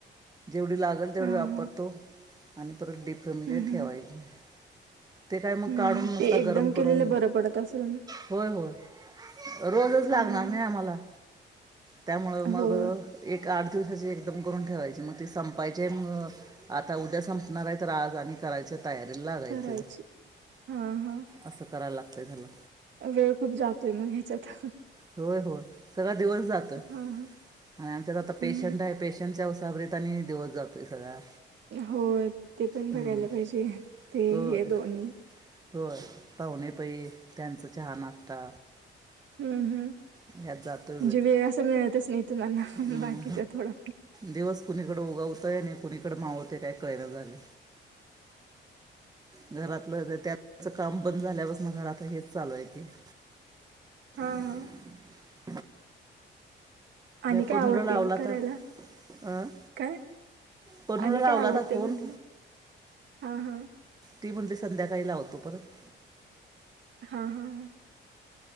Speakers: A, on the right; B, on the right.
A: जेवढी लागेल तेवढी
B: हा
A: वापरतो
B: हा
A: आणि परत डीप फ्रिज मध्ये
B: हम्म हम्म
A: ठेवायची. ते काय मग
B: हम्म
A: काढून नुसतं
B: ते एकदम
A: गरम करून.
B: केलेलं बरं पडत असेल ना
A: होय होय रोजच लागणार
B: हा हा
A: नाही आम्हाला त्यामुळं मग
B: होय
A: एक आठ दिवसाची एक करून ठेवाय मग ते संपायचे मग आता उद्या संपणार आहेत आज आणि करायचे. तयारी लागायचं
B: करायचे हा हा
A: असं करायला लागतंय झाला.
B: वेळ खूप जातोय मग ह्याच्यात हा
A: होय होय सगळा दिवस जातोय.
B: हा हम्म
A: आणि आमच्यात आता पेशंट
B: हम्म
A: आहे पेशंटच्या उसावरीत आणि दिवस जातोय सगळा
B: हो ते पण बघायला
A: हम्म.
B: पाहिजे ते
A: होय
B: हे दोन्ही
A: होय पाहुणे पै त्यांचां चहा, नाश्ता.
B: हम्म हम्म
A: ह्यात जातो
B: म्हणजे वेळ असं मिळतच नाही तुम्हाला
A: हम्म.
B: बाकीच थोडं.
A: दिवस कुणीकड उगवतय आणि कुणीकडे मावळत काय कळना झालंय. घरातलं त्यात हेंच काम बंद झाल्यापासण म घरात हेच चालू असतं.
B: हा
A: <unintelligible>
B: हा आणि काय
A: पनूला
B: आवडते
A: लावला
B: मग करायला
A: तर अं?
B: काय
A: पनूला
B: आणि
A: लावला
B: काय आवडतंय
A: तर फोन
B: म्हंटल हा हा.
A: ती म्हणली संध्याकाळी लावतो परत
B: हा हा हा.